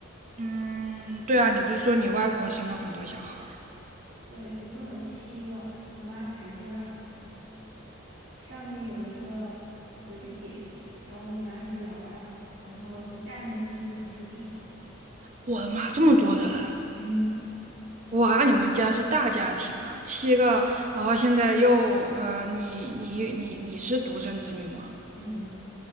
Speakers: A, on the right; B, on the right.
A: 嗯，对啊，你不是说你外婆生了很多小孩儿？
B: 对，一共有七个，我妈排第二名，上面有一个有一个姐姐，然后我妈是老二，然后下面就是五个弟弟。
A: 我的妈，这么多人！
B: 嗯
A: 哇，你们家是大家庭啊，七个，然后现在又呃，你你你你是独生子女吗？
B: <laughs> 嗯。